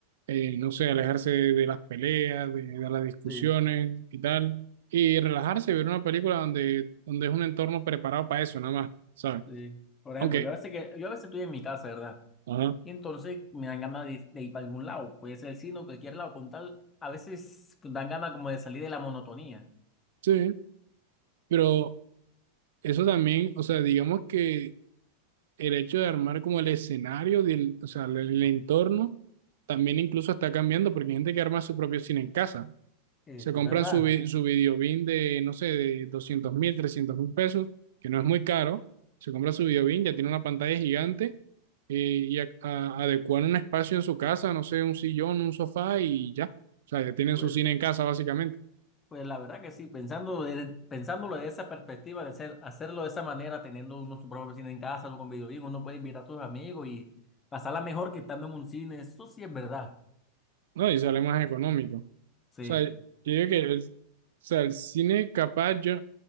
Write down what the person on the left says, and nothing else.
sí,
sí. Por
ejemplo, yo a veces que, yo a veces estoy en mi casa, ¿verdad?
Y entonces me dan ganas de, de ir para algún lado, puede ser el cine o cualquier lado, con tal, a veces dan ganas como de salir de la monotonía.
Eso
es verdad.
Pues,
Pues la verdad que sí, pensando de- pensándolo de esa perspectiva, de ser hacerlo de esa manera, teniendo uno su propio cine en casa, o con videojuegos, uno puede invitar a tus amigos y pasarla mejor que estando en un cine, eso sí es verdad.
Sí,